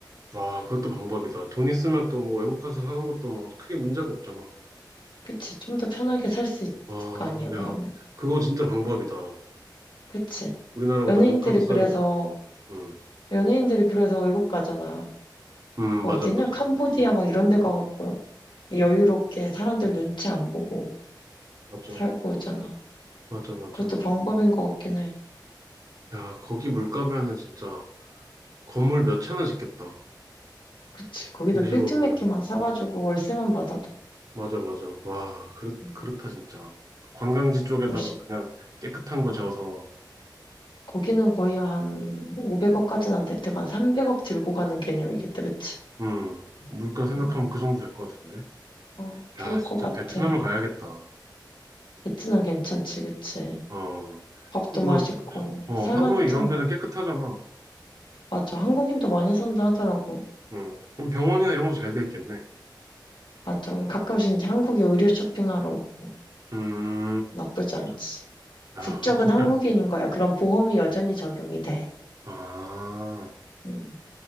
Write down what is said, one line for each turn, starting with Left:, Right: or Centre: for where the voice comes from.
Right: 아, 그것도 방법이다. 돈 있으면 또 뭐 외국 가서 사는 것도 뭐 크게 문제가 없잖아.
Left: 그치. 좀 더 편하게 살 수 있을
Right: 와,
Left: 거 아니야, 그러면.
Right: 야, 그거 진짜 방법이다.
Left: 그치.
Right: 우리나라보다
Left: 연예인들이
Right: 물가도 싸니까.
Left: 그래서
Right: 음,
Left: 연예인들이 그래서 외국 가잖아.
Right: 음,
Left: 뭐
Right: 맞아,
Left: 어디냐?
Right: 맞아.
Left: 캄보디아 막 이런 데 가갖고 여유롭게 사람들 눈치 안 보고
Right: 맞아,
Left: 살고 오잖아.
Right: 맞아, 맞아.
Left: 그것도 방법인 것 같긴 해.
Right: 야, 거기 물가면은 진짜 건물 몇 채나 짓겠다.
Left: 그치. 거기서
Right: 50억이면.
Left: 빌딩 몇 개만 사가지고 월세만 받아도
Right: 맞아, 맞아. 와, 그렇,
Left: 음,
Right: 그렇다, 진짜. 관광지 쪽에다가
Left: 50,
Right: 그냥 깨끗한 거 지어서,
Left: 거기는 거의 한 500억까지는 안 될 테고 한 300억 들고 가는 개념이겠다. 그치?
Right: 음, 물가 생각하면
Left: 음
Right: 그 정도 될 것 같은데.
Left: 어, 좋을
Right: 야,
Left: 것
Right: 진짜
Left: 같아.
Right: 베트남을 가야겠다.
Left: 베트남 괜찮지, 그치?
Right: 어.
Left: 밥도
Right: 그럼
Left: 맛있고
Right: 뭐, 하- 어,
Left: 살만하잖아.
Right: 하노이 이런 데는 깨끗하잖아.
Left: 맞아. 한국인도 많이 산다 하더라고.
Right: 음. 그럼 병원이나 이런 것도 잘 돼 있겠네.
Left: 맞아. 가끔씩 이제 한국에 의류 쇼핑하러 오고
Right: 음.
Left: 나쁘지
Right: 그렇죠.
Left: 않지. 국적은
Right: 야, 진짜.
Left: 한국인인 거야. 그럼 보험이 여전히 적용이 돼.
Right: 아,
Left: 음,